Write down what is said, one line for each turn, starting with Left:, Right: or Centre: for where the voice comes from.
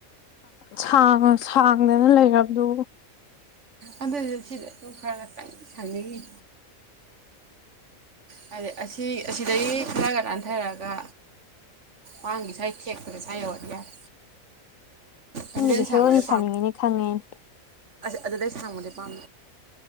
Left: ꯁꯥꯡꯉ ꯁꯥꯡꯗꯅ ꯂꯩꯔꯕꯗꯨ
Right: ꯑꯗꯨꯗꯤ ꯁꯤꯗ ꯑꯗꯨꯝ ꯈꯔ ꯈ ꯁꯪꯅꯤꯡꯈꯤ ꯍꯥꯏꯗꯩ ꯑꯁꯤ ꯑꯁꯤꯗꯒꯤ ꯈꯔꯒ ꯅꯥꯟꯊꯔꯛꯑꯒ ꯋꯥꯡꯒꯤ ꯁ꯭ꯋꯥꯏ ꯊꯦꯛꯄꯗ ꯁ꯭ꯋꯥꯏ ꯌꯧꯔꯗꯤ ꯌꯥꯔꯦ
Left: ꯅꯪꯒꯤꯁꯦ
Right: ꯑꯁꯤꯗꯩ ꯁꯥꯡꯕꯗꯤ
Left: ꯍꯦꯔꯣꯅꯤ ꯁꯥꯅꯤꯡꯉꯤꯅꯦ ꯈꯪꯉꯦꯅ
Right: ꯑꯗꯨꯗ ꯊꯃꯗ ꯄꯝ